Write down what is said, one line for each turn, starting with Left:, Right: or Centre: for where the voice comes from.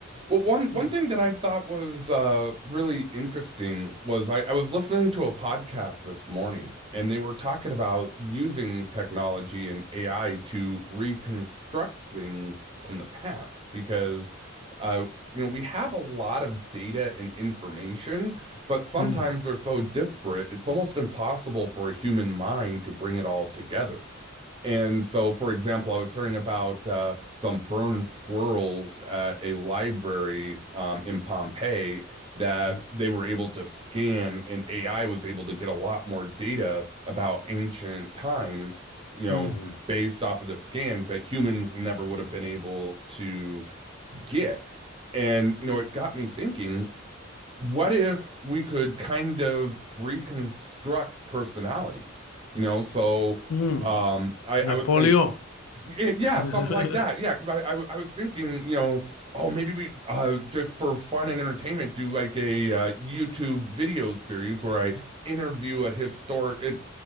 Right: Well, one one
Left: Cool.
Right: thing that I thought was uh, really interesting was I, I was listening to a podcast this morning, and they were talking about using technology and AI to reconstruct things from the past because uh, you know we have a lot of data and information, but sometimes
Left: Mm,
Right: they're so disparate, it's almost impossible for a human mind to bring it all together. And so, for example, I was hearing about uh, some burned squirrels at a library um, in Pompeii that
Left: mm,
Right: they were able to scan, and AI was able to get a lot more data about ancient times, you know,
Left: mm,
Right: based off of the scans that humans never would have been able to get. And, you know, it got me thinking, what if we could kind of reconstruct personalities? You know, so.
Left: mm.
Right: Um, I,
Left: Napoleon.
Right: I was thinking it, yeah,
Left: <laughs>
Right: something like that. Yeah, because I, I w- I was thinking, you know, oh maybe we uh just for fun and entertainment do like a uh, YouTube video series where I interview a historic